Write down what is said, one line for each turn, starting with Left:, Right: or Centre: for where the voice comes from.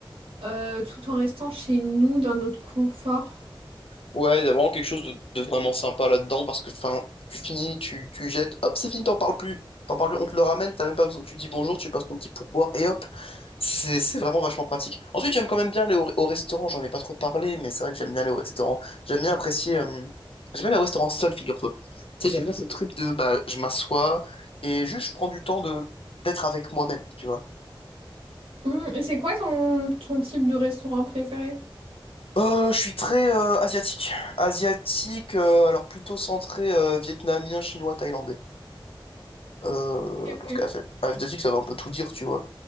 Right: euh, tout en restant chez nous dans notre confort.
Left: Ouais, il y a vraiment quelque chose de, de vraiment sympa là-dedans parce que enfin, tu finis, tu, tu jettes, hop, c'est fini, t'en parles plus. T'en parles plus, on te le ramène, t'as même pas besoin, tu dis bonjour, tu passes ton petit pourboire et hop, c'est c'est vraiment vachement pratique. Ensuite, j'aime quand même bien aller au, au restaurant, j'en ai pas trop parlé, mais c'est vrai que j'aime bien aller au restaurant. J'aime bien apprécier, euh, j'aime bien aller au restaurant seul, figure-toi. Tu sais, j'aime bien ce truc de bah, je m'assois et juste je prends du temps de d'être avec moi-même, tu vois.
Right: Hum, et c'est quoi ton, ton type de restaurant préféré?
Left: Euh, je suis très euh, asiatique. Asiatique, euh, alors plutôt centré euh, vietnamien, chinois, thaïlandais. Euh,
Right: Ok, ok.
Left: parce qu'AF2X, ça va un peu tout dire, tu vois.